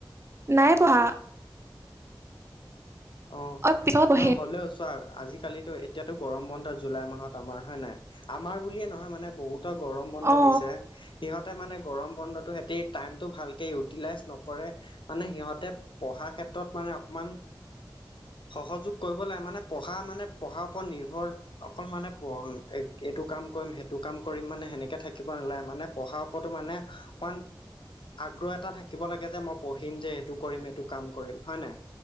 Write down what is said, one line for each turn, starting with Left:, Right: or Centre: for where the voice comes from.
Right: নাই পঢ়া।
Left: অ',
Right: পিছত পঢ়িম
Left: নহয় হ'লেও চোৱা আজিকালিতো এতিয়াতো গৰম বন্ধ জুলাই মাহত আমাৰ হয় নাই। আমাৰ বুলিয়ে নহয় মানে বহুতৰ গৰম বন্ধ
Right: অ
Left: দিছে। সিহঁতে মানে গৰম বন্ধতো সেতি টাইমটো ভালকে ইউটিলাইজ নকৰে মানে সিহঁতে পঢ়াৰ ক্ষেত্ৰত মানে অকমান সহযোগ কৰিব লাগে। মানে পঢ়া মানে পঢ়াৰ ওপৰত নিৰ্ভৰ অকল মানে পৰ্ণ এক এইটো কাম কৰিম সেইটো কাম কৰিম মানে সেনেকে থা কিব নালাগে মানে পঢ়াৰ ওপৰতো মানে ৱান আগ্ৰহ এটা থাকিব লাগে যে মই পঢ়িম যে এইটো কৰিম এইটো কাম কৰিম হয় নাই